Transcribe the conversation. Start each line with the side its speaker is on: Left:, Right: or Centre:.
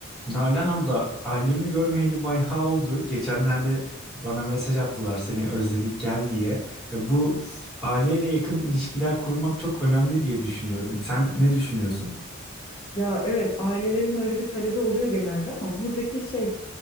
Centre: Nalan abla, ailemi görmeyeli bayağı oldu. Geçenlerde bana mesaj attılar seni özledik gel diye. Ya bu aileyle yakın ilişkiler kurmak çok önemli diye düşünüyorum. Sen ne düşünüyorsun?
Left: Ya evet ailelerin öyle bir talebi oluyor genelde ama buradaki şey